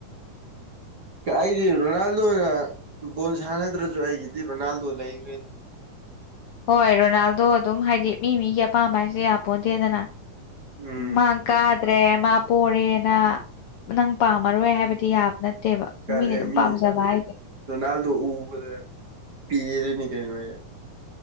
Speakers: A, on the right; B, on the left.
A: ꯑꯩꯗꯤ ꯔꯣꯅꯥꯜꯗꯣꯅ ꯕꯣꯜ ꯁꯥꯟꯅꯗ꯭ꯔꯁꯨ ꯑꯩꯒꯤꯗꯤ ꯔꯣꯅꯥꯜꯗꯣ ꯂꯩꯒꯔꯦꯗ
B: ꯍꯣꯏ ꯔꯣꯅꯥꯜꯗꯣ ꯑꯗꯨꯝ ꯍꯥꯏꯗꯤ ꯃꯤ ꯃꯤꯒꯤ ꯑꯄꯥꯝꯕ ꯍꯥꯏꯁꯦ ꯌꯥ ꯄꯣꯟꯇꯦꯗꯅ
A: ꯎꯝ
B: ꯃꯥꯡ ꯀꯥꯠ ꯇꯔꯦ ꯃꯥ ꯄꯣꯔꯦꯅ ꯅꯪ ꯄꯥꯝꯃꯔꯣꯏ ꯍꯥꯏꯕꯗꯤ ꯌꯥꯕ ꯅꯠ ꯇꯦꯕ
A: ꯀꯥꯏ
B: ꯅꯨ ꯃꯤꯅ ꯑꯗꯨꯝ
A: ꯃꯤ
B: ꯄꯥꯝꯖꯕ ꯍꯥꯏꯖꯦ
A: ꯔꯣꯅꯥꯜꯗꯣ ꯎꯕꯗ ꯄꯦꯔꯤꯅꯤ ꯀꯩꯅꯣ ꯑꯩ